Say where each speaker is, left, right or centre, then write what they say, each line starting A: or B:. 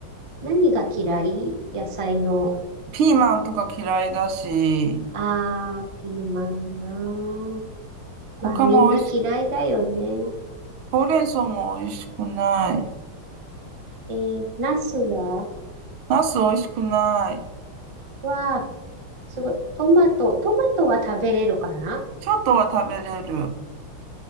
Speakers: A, on the right; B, on the right.
A: 何が嫌い野菜の。
B: ピーマンとか嫌いだし、
A: あー、ピーマンなー。
B: 他も美味しく、
A: まあ、みんな嫌いだよね。
B: ほうれん草も美味しくない。
A: えー、ナスは、
B: ナス美味しくない。
A: は、すごい。トマト、トマトは食べれるかな
B: ちょっとは食べれる。